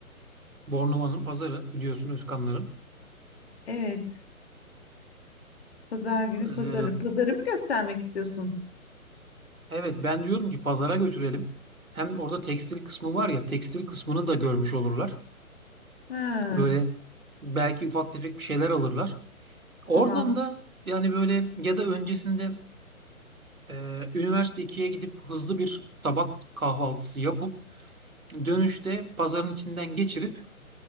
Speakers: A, on the right; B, on the left.
A: Bornova'nın pazarı biliyorsun Özkanların.
B: Evet. Pazar günü
A: Ee,
B: pazarı. Pazarı mı göstermek istiyorsun?
A: evet ben diyorum ki pazara götürelim. Hem orada tekstil kısmı var ya tekstil kısmını da görmüş olurlar.
B: Ha,
A: Böyle belki ufak tefek bir şeyler alırlar. Oradan
B: tamam.
A: da yani böyle ya da öncesinde e, üniversite ikiye gidip hızlı bir tabak kahvaltısı yapıp dönüşte pazarın içinden geçirip